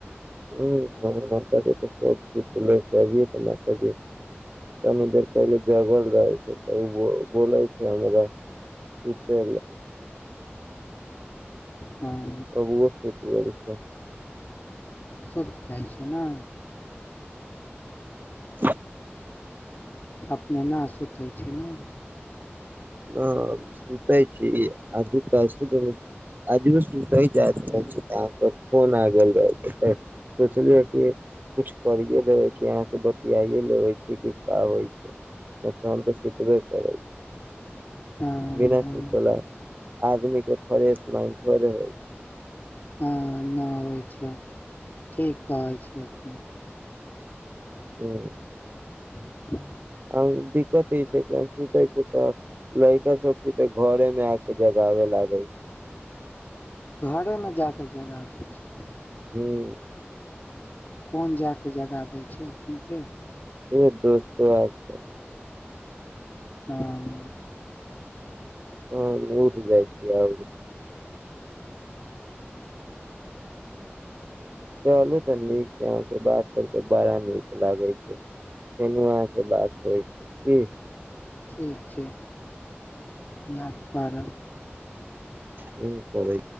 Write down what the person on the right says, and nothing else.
ह जी त सब सत लै छै अभिय तऽ जी तनि देर पहिल जगल रहै छै त बोलाय छै हमरा सूत।
अबु शकल छै।
ह।
ह सुतै छी आजू कैसे द आजू सुतै जाइत रहै छी तऽ अहाँके फोन आ गेल रहै छै सोचलियै कि किछु करिए लेबै छी अहाँसँ बतियाइए लेबै छी क कबै छै नहि तऽ हम तऽ सुतबे करै छी।
विना सुचल। आदमी के फ्रेश माइ थोड़े होइ छै।
ह।
आ दिक्कत ई छै सुते छै तऽ लड़का सब छै तऽ घरे मे आके जगाबे लागे छै।
ह्म।
एक दोस्ते आ छै।
हँ उठि जाइ छी आर। चलू तऽ नीक छै अहाँ से बात करके बड़ा नीक लागै छै फेर अहाँ से बात होइ छै की।
हं।